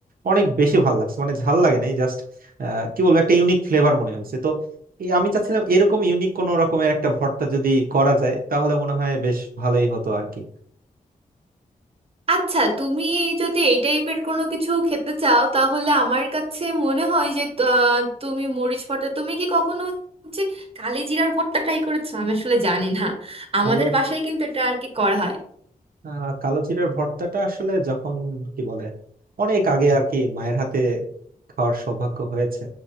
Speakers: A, on the right; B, on the right.
A: অনেক বেশি ভালো লাগছে মানে ঝাল লাগে নাই জাস্ট কি বলবো একটা ইউনিক ফ্লেভার মনে হয়েছে তো এই আমি চাচ্ছিলাম এরকম ইউনিক কোন রকমের একটা ভর্তা যদি করা যায় তাহলে মনে হয় বেশ ভালোই হতো আর কি
B: আচ্ছা তুমি যদি এই টাইপের কোনো কিছু খেতে চাও তাহলে আমার কাছে মনে হয় যে আহ, তুমি মরিচ ভর্তা তুমি কি কখনো হচ্ছে কালিজিরার ভর্তা ট্রাই করেছো আমি আসলে জানি না আমাদের
A: কালো
B: বাসায় কিন্তু এটা আর কি করা হয়
A: আহ কালো জিরার ভর্তাটা আসলে যখন কি বলে অনেক আগে আর কি মায়ের হাতে খাওয়ার সৌভাগ্য হয়েছে